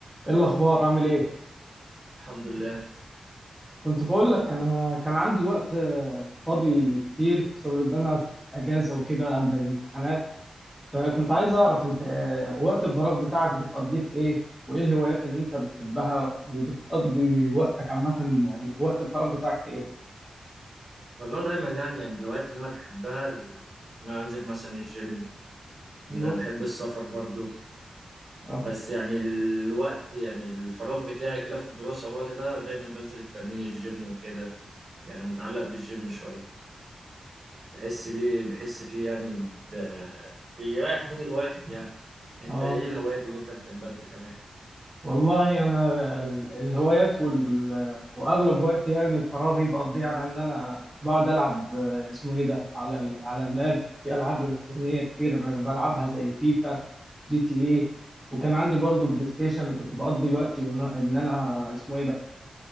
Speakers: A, in the centre; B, on the right.
A: ايه الاخبار عامل ايه
B: الحمد لله
A: كنت بقول لك انا كان عندي وقت آه، فاضي كتير بسبب ان انا في اجازه وكده قبل الامتحانات فكنت عايز اعرف انت آه، وقت الفراغ بتاعك بتقضيه في ايه وايه الهوايات اللي انت بتحبها وبتقضي وقتك عامه وقت الفراغ بتاعك في ايه
B: والله دايما يعني يعني الهوايات اللي انا بحبها ال- ان انا انزل مثلا الجيم
A: ايوه
B: ان انا بحب السفر برضو
A: اه
B: بس يعني الوقت يعني الفراغ بتاعي كده في الدراسة والوقت ده دايما بنزل التمرين الجيم وكده يعني متعلق بالجيم شوية بحس بيه بحس فيه يعني ب... بيريح مود الواحد يعني انت
A: اه
B: ايه الهوايات اللي انت بتحبها انت كمان
A: والله انا ال- الهوايات وال... واغلب وقتي يعني فراغي بقضيه على ان انا بقعد العب آه، اسمه ايه ده على ال... على اللاب في العاب الكترونيه كتير بلعبها زي فيفا جي تي اي وكان عندي برضه بلاي ستيشن وكنت بقضي وقتي ونا... ان انا اسمه ايه ده